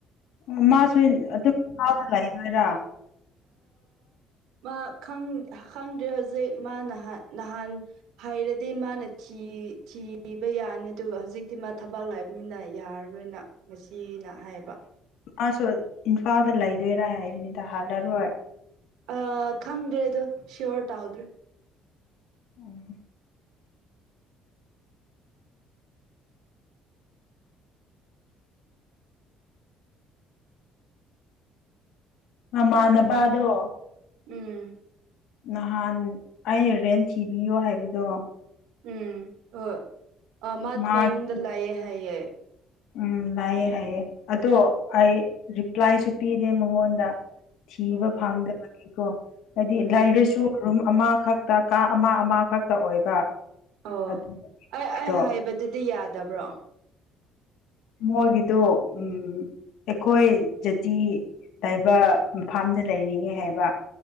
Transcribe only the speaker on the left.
ꯑꯣ ꯃꯥꯁꯨ ꯑꯗꯨꯝꯒ ꯂꯩꯔꯣꯏꯔꯥ
ꯑꯥ ꯁ ꯏꯝꯐꯥꯜꯗ ꯂꯩꯗꯣꯏꯔꯥ ꯍꯥꯏꯕꯅꯤꯗ ꯍꯜꯂꯔꯣꯏ
ꯎꯝ ꯃꯥꯃ ꯑꯅ ꯄꯥꯗꯣ
ꯅꯍꯥꯟ ꯑꯩꯅ ꯔꯦꯟ ꯊꯤꯕꯤꯌꯣ ꯍꯥꯏꯕꯗꯣ
ꯃꯥꯒꯤ
ꯎꯝ ꯂꯥꯛꯑꯦ ꯍꯥꯏꯑ ꯑꯗꯣ ꯑꯩ ꯔꯤꯄ꯭ꯂꯥꯏꯁꯨ ꯄꯤꯗꯦ ꯃꯉꯣꯟꯗ ꯊꯤꯕ
ꯐꯪꯗꯕꯅꯤꯀꯣ ꯍꯥꯏꯗꯤ
ꯂꯥꯏꯔꯁꯨ ꯔꯨꯝ ꯑꯃꯈꯛꯇ ꯀꯥ ꯑꯃ ꯑꯃꯈꯛꯇ ꯑꯣꯏꯕ
ꯑꯗꯨ
ꯃꯣꯏꯗꯣ
ꯃꯣꯏꯒꯤꯗ ꯎ ꯑꯩꯈꯣꯏ ꯖꯥꯇꯤ ꯇꯥꯏꯕ ꯐꯥꯝꯗ ꯂꯩꯔꯤꯉꯦ ꯍꯥꯏꯕ